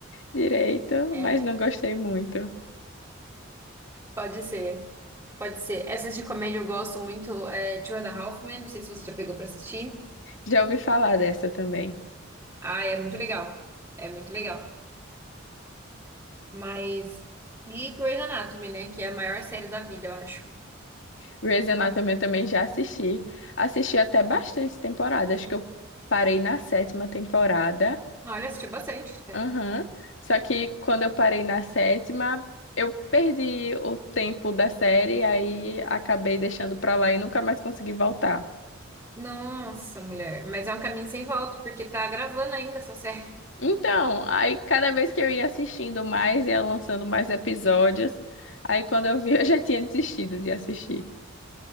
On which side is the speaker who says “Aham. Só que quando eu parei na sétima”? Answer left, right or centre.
Left